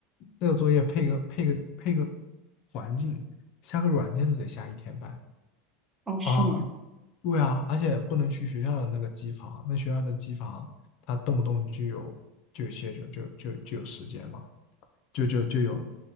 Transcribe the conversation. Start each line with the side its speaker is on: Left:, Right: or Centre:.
Left: 那个作业配个配个配个环境，下个软件都得下一天半。
Right: 哦，是吗？
Left: 啊。对啊，而且不能去学校的那个机房，那学校的机房，它动不动就有就有歇就就就就有时间嘛，就就就有